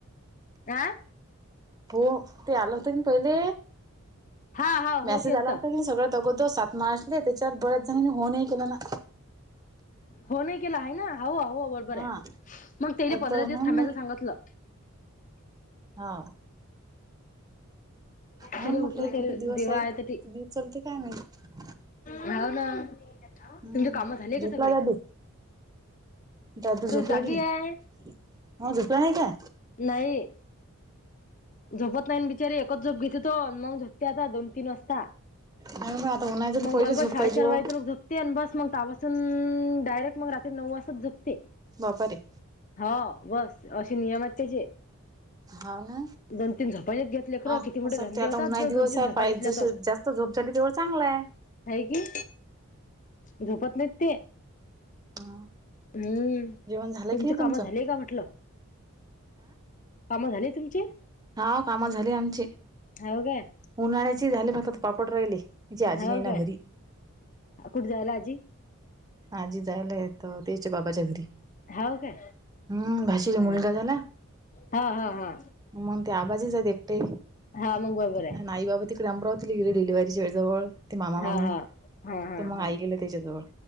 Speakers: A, on the left; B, on the right.
A: आं?
B: हो ते आलं होत की पहिले
A: हा हा हो
B: मॅसेज
A: केलत
B: आला होता की सगळ्यात अगोदर सात मार्च ले त्याच्यात बऱ्याच जणांनी होनही गेलं ना.
A: होनही गेल हाय ना? हाव, हाव व बर आहे
B: हा
A: मग त्यायले पंधरा
B: तर म्हणून
A: दिवस थांबायच सांगतलं.
B: हा‌.
A: त्याले
B: हो
A: उठू
B: म्हटलं हे
A: ते
B: किती दिवसय
A: दिवा
B: आहे किती
A: तर ते
B: दिवस चालते काय माहीत.
A: हाव ना,
B: हम्म
A: तुमचे काम झाले का
B: झोपला
A: सगळे?
B: दादू दादू झोपलाय
A: जागी
B: की नाही?
A: आहे
B: म झोपला नाही का?
A: नाही. झोपत नाही ना बिचारे एकच झोप घेतो तो मंग झोपते आता दोन, तीन वाजता.
B: नाही आता उन्हायचं
A: मग
B: तर पहिले
A: बरोबर
B: झोप
A: साडेचार
B: पाहिजे हो
A: वाजेतरोक झोप तेन आणि बस मग त्यापासून डायरेक्ट मग रात्री नऊ वाजतात झोपते.
B: बापारे.
A: हो बस, अशे नियमात आहेत त्याचे.
B: हाव ना.
A: दोन तीन झोपायच घेत लेकरं
B: ह
A: किती मोठे
B: असं
A: धंदे
B: वाटते आता
A: होतात
B: उन्हा
A: जर दोन
B: दिवस
A: तीन
B: आहे
A: झोपा
B: पाय
A: घेतल्या
B: जसं
A: तर.
B: जास्त झोप झाली तेवढ चांगलाय.
A: हाय की, झोपत नाहीत ते.
B: <unintelligible>
A: हम्म,
B: जेवण झालं
A: तुमचे
B: की नाही तुमचं
A: काम झाले का म्हटलं? कामं झाले तुमचे?
B: हा काम झाले आमचे.
A: हाव काय.
B: उन्हाळ्याचे झाले बगा आता ते पापड राहिले. तिची आजी
A: होव
B: नाही ना
A: काय
B: घरी
A: कुठं जायला आजी
B: आजी जायलायतं तेच्या बाबाच्या घरी.
A: हाव काय?
B: हम्म भाषीला
A: हा
B: मुलगा झाला.
A: हा हा हा
B: मंग ते आबाजीच आहेत एकटे
A: हा मग बरोबर आहे
B: अन आईबाबा तिकडे अमरावतीला गेले डिलिवारीच्या वेळी जवळ ते मामा
A: हा
B: मामी
A: हा. हा हा
B: तर मग
A: हा
B: आई गेले तीच्याजवळ.